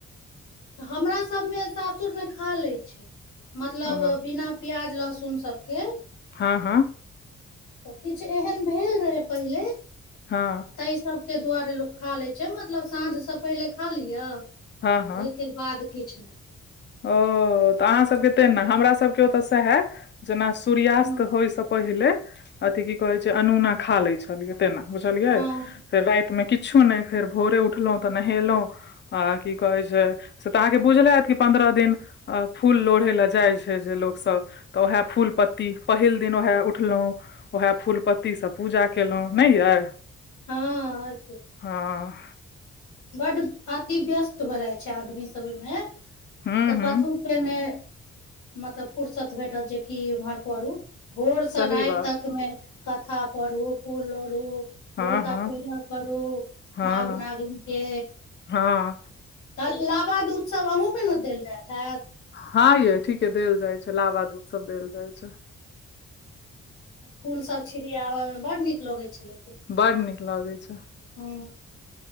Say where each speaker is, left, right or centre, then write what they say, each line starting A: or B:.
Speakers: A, on the left; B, on the left.
A: तऽ हमरा सभमे सासुरमे खा लैत छै मतलब
B: ओ
A: बिना प्याज लहसुन सबके
B: हँ हँ
A: तऽ किछु एहन भेल रहै पहिले
B: हँ
A: ताहि सबके दुआरे लोक खा ले छै मतलब साँझ से पहिले खा लिअ ओहिके
B: हँ हँ
A: बाद किछु नहि
B: ओ तऽ अहाँ सभके तेना हमरा सभके ओतऽ सेहे जेना सूर्यास्त
A: हूँ
B: होय सँ पहिले अथी की कहै छै अनुना खा लो छलियै तेना बुझलियै
A: हँ
B: फेर राति मे किछो नहि फेर भोरे उठलहुँ तऽ नहेलहुँ आ की कहै छै से तऽ अहाँके बुझले हैत कि पन्द्रह दिन अ फूल लोढ़े लए जाइ छै जे लोक सब तऽ उएह फूल पत्ती पहिल दिन उएह उठलहुँ उएह फूल पत्तीसँ पूजा केलहुँ नहि यै
A: हँ आओर की
B: हँ
A: बड्ड अथी व्यस्त भऽ जाइ छै आदमी सब ओहिमे तऽ
B: हूँ हूँ
A: कथु फेर नै मतलब फुर्सत भेटत जे की उम्हर करू भोर से
B: सही
A: राति
B: बात
A: तकमे कथा पढू फूल लोढ़ू
B: हँ
A: भोरका
B: हँ
A: पूजा करू
B: हँ
A: नाग नागिनके
B: हँ
A: तऽ इ लााबा दूध सब अहूँमे ने देल जाइत हैत
B: हँ यै ठीके देल जाइ छै लावा दूध सब देल जाइ छै
A: फूल सब छिड़ियाबैमे बड्ड नीक लगै छलैे लेकिन
B: बड़ नीक लगै छै
A: ओ